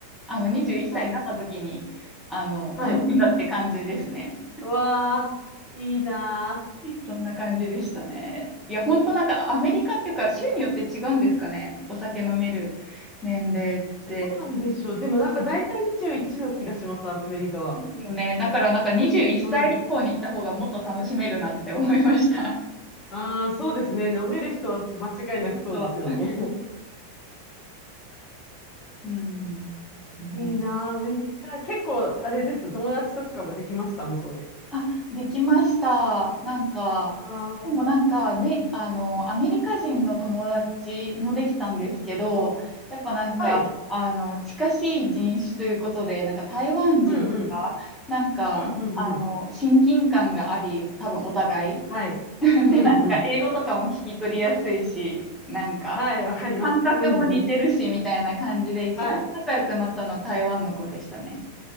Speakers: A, in the centre; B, on the left.
A: あの21歳になった時に、
B: はい。
A: あの、
B: はい。
A: 楽しんだって感じですね。
B: うわー、いいな
A: そんな感じでしたね。いや、ほんとなんかアメリカっていうか州によって違うんですかね。お酒飲める年齢って。
B: ー。どうなんでしょう。でもなんか大体21の気がします、アメリカは。
A: ですよね。だからなんか21歳以降に行った方がもっと楽しめるなって思いました。
B: うん。ああ、そうですね。飲める人は間違いなくそうですよね。
A: 出る人は。うん、ですね。
B: <laughs> いいなー、アメリカ。結構、あれです。友達とかもできました、向こうで。
A: あ、できました。なんか、
B: あ
A: でもなんか、ね、あの、アメリカ人の友達もできたんですけど、やっぱなんか、
B: あ、はい。
A: あの、近しい人種ということで、なんか台湾人が、
B: うんうん。
A: なんか、
B: うんうんうん。
A: あの、親近感があり、多分お互い。
B: はい。
A: <laughs>
B: うんうん。
A: で、なんか、英語とかも聞き取りやすいし、なんか、
B: はい、わかります。
A: 感覚も似てるし、
B: うんうん。
A: みたいな感じで、一番仲良くなったのは台湾の子でしたね。
B: はい。